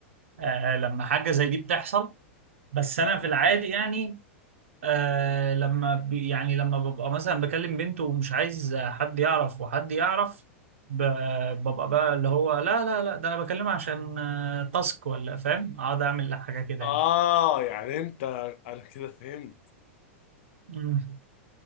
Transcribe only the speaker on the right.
آه لما حاجه زي دي بتحصل بس انا في العادي يعني آه لما بي يعني لما ببقى مثلا بكلم بنت ومش عايز حد يعرف وحد يعرف ب- ببقى بقى اللي هو لا لا لا ده انا بكلمها عشان آه، تاسك ولا فاهم اقعد اعمل حاجه كده
يعني
مم.